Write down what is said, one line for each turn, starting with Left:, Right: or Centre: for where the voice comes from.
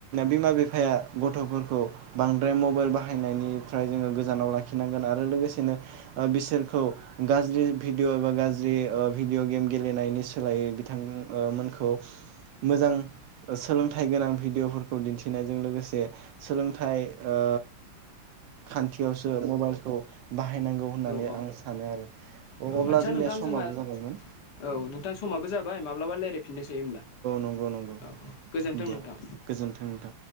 Right: बिमा बिफाया गथ'फोरखौ बांद्राय मबाइल बाहायनायनिफ्राय जोङो गोजानाव लाखिनांगोन आरो लोगोसेनो ओ बिसोर खौ गाज्रि भिडिअ' एबा गाज्रि ओ भिडिअ' गेम गेलेनायनि सोलायै बिथां ओ मोन खौ मोजां ओ सोलोंथाइ गोनां भिडिय'फोरखौ दिन्थिनायजों लोगोसे सोलोंथाइ ओ खान्थियावसो मबाइलखौ बाहायनांगौ होननानै
Left: औ औ
Right: आं सानो आरो।
Left: औ
Right: अब्ला
Left: आदसा
Right: जोंनिया
Left: नोंथां
Right: समाबो
Left: जोंहा
Right: जाबायमोन
Left: औ नोंथां समाबो जाबाय माब्लाबा रायलायफिननोसै। औ
Right: नंगौ नंगौ
Left: औ गोजोन्थों
Right: दे
Left: नोंथां
Right: गोजोन्थों नोंथां।